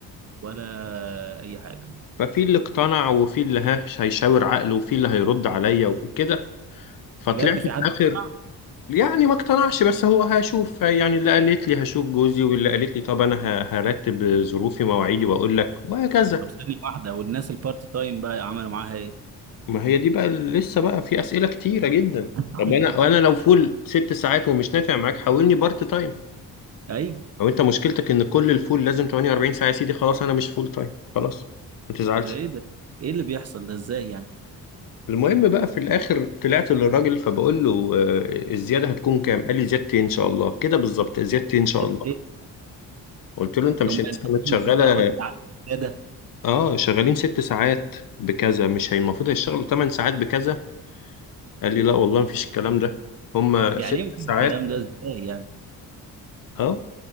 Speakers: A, on the right; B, on the left.
A: ولا اي حاجه
B: ففي اللي اقتنع وفي اللي ها هيشاور عقله وفي اللي هيرد عليا وفي كده فطلعت
A: بجد
B: في
A: في
B: الاخر
A: حد سمع
B: يعني ما اقتنعش بس هو هشوف يعني اللي قالت لي هشوف جوزي واللي قالت لي طب انا ه- هرتب ظروفي مواعيدي واقول لك وهكذا
A: طب ثانيه واحده والناس البارت تايم بقى عملوا معاها ايه
B: ما هي دي بقى لسه بقى في أسئلة كتيرة جدا
A: <laughs>
B: طب انا وانا لو فول ست ساعات ومش نافع معاك حولني بارت تايم
A: ايوه
B: او انت مشكلتك ان كل الفول لازم 48 ساعة يا سيدي خلاص انا مش فول تايم خلاص ما تزعلش
A: ده ايه ده ايه اللي بيحصل ده ازاي يعني
B: المهم بقى في الاخر طلعت للراجل فبقول له آه، الزيادة هتكون كام قال لي زيادتي ان شاء الله كده بالظبط زيادتي ان شاء
A: طب
B: الله
A: ايه
B: قلت له انت مش
A: طب ما
B: الناس
A: انت
B: كانت
A: مش
B: شغالة
A: بتاخد زياده
B: اه شغالين ست ساعات بكذا مش هي المفروض هيشتغلوا 8 ساعات بكذا قال لي لا والله مفيش الكلام ده هما
A: يعني
B: ست
A: ايه مفيش
B: ساعات
A: الكلام ده ازاي يعني
B: اه